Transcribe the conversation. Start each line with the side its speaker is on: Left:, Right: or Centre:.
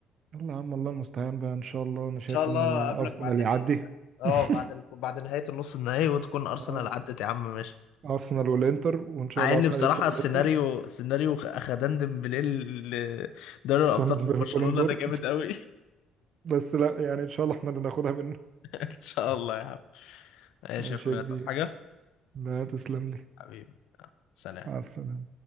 Right: يلا يا عم الله المستعان بقى ان شاء الله انا شايف
Left: ان شاء الله
Right: ان
Left: اقابلك
Right: ارسنال
Left: بعد
Right: يعدي
Left: ال... اه
Right: <laughs>
Left: بعد ال... بعد نهاية النص النهائي وتكون ارسنال
Right: آه،
Left: عدت يا عم ماشي
Right: ارسنال والانتر وان شاء
Left: مع
Right: الله
Left: ان
Right: ارسنال
Left: بصراحة
Right: يكسب
Left: السيناريو
Right: الانتر
Left: سيناريو اخدان ديمبلي ل- دوري الابطال
Right: عشان
Left: في
Right: البالون
Left: برشلونة
Right: <laughs> دور
Left: ده جامد قوي
Right: بس لا يعني ان شاء الله احنا اللي ناخدها منه
Left: <laughs> ان شاء الله يا عم ماشي
Right: ماشي
Left: يا اخويا
Right: يا كبير
Left: تصحى حاجة
Right: لا تسلم لي
Left: حبيبي سلام
Right: مع السلامه